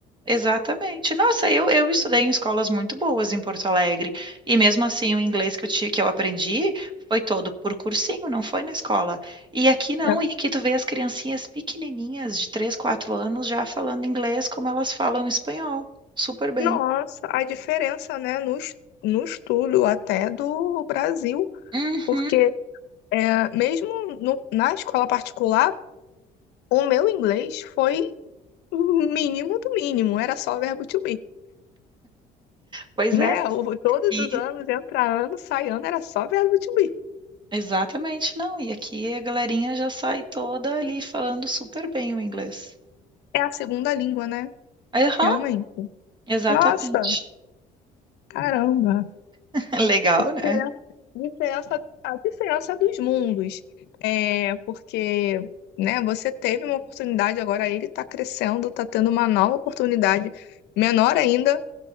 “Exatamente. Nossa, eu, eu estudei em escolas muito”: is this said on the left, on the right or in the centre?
Right